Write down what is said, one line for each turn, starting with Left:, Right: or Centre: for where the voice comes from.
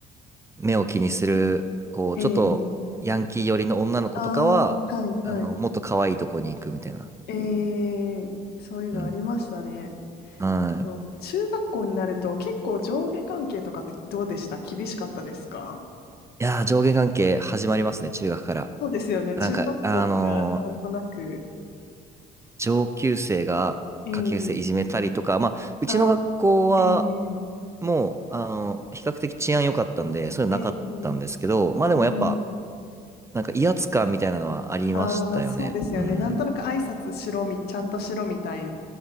Right: う、目を気にする、こう、
Left: ええ
Right: ちょっと、ヤンキー寄りの女の子とかは、
Left: ああー、はい、はい。
Right: あの、もっと可愛いとこに行くみたいな。
Left: ええそういうのありましたね。
Right: うん。はい。
Left: と中学校になると結構上下関係とかってどうでした厳しかったですか
Right: いやー、上下関係始まりますね、中学から。
Left: そうですよね。
Right: なんか、
Left: 中学校からなんとなく。
Right: あのー上級生が下級生いじめたりとか、
Left: ええ
Right: まあ、うちの学校は
Left: ああ、ええ
Right: もう、あの、比較的治安良かったんで、そういうなかったんですけど、
Left: ええ
Right: まあでもやっぱ、
Left: えー
Right: なんか威圧感みたいなのはありましたよね。
Left: あーそうですよね。
Right: うん。
Left: なんとなく挨拶しろみ、ちゃんとしろみたいな。